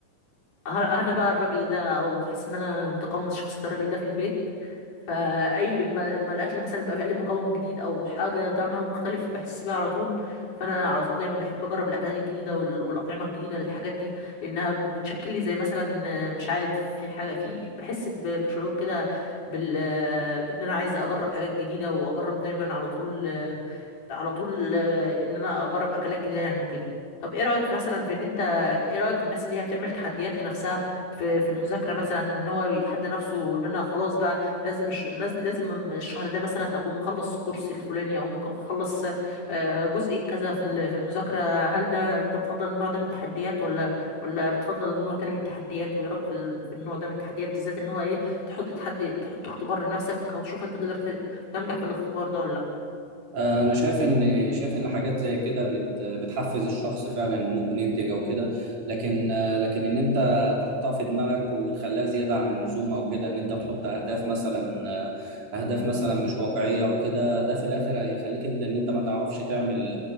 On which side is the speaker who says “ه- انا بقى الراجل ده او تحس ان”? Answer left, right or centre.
Left